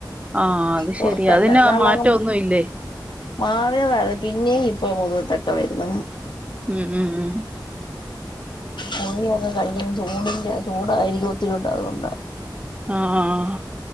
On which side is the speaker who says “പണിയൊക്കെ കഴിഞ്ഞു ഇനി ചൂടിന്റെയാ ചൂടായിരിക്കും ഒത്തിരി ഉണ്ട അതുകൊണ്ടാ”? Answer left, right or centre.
Left